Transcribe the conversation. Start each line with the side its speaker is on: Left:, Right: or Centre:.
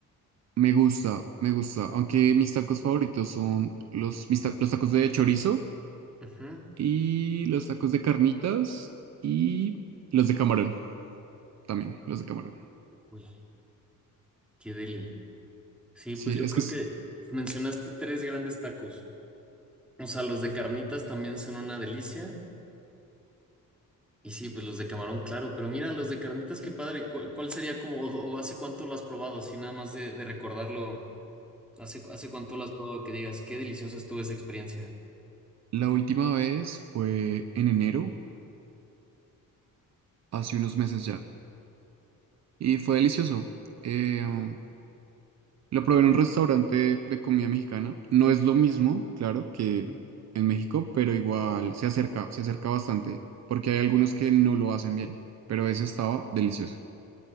Right: Me gusta, me gusta. Aunque mis tacos favoritos son los, mis ta- los tacos de chorizo
Centre: Ujú.
Right: y los tacos de carnitas y los de camarón también, los de camarón.
Centre: Uy, qué deli. Sí,
Right: Sí,
Centre: pues yo
Right: es
Centre: creo
Right: que es...
Centre: que mencionaste tres grandes tacos. O sea, los de carnitas también son una delicia. Y sí, pues los de camarón, claro, pero mira, los de carnitas, qué padre. ¿Cuál, cuál sería como, o, o hace cuánto lo has probado? Así nada más de, de recordarlo, hace, hace cuánto lo has probado que digas, qué deliciosa estuvo esa experiencia.
Right: La última vez fue en enero, hace unos meses ya, y fue delicioso. Eh, um, lo probé en un restaurante de comida mexicana. No es lo mismo, claro, que
Centre: Ujú.
Right: en México, pero igual se acerca, se acerca bastante, porque hay algunos que no lo hacen bien, pero ese estaba delicioso.